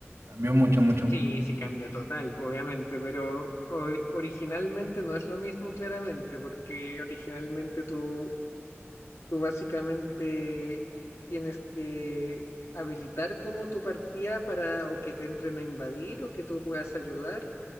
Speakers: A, on the right; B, on the left.
A: Cambió mucho, mucho, mucho.
B: Sí, sí cambia total, obviamente, pero or- originalmente no es lo mismo claramente, porque originalmente tú Tú básicamente tienes que habilitar como tu partida para o que te entren a invadir o que tú puedas ayudar.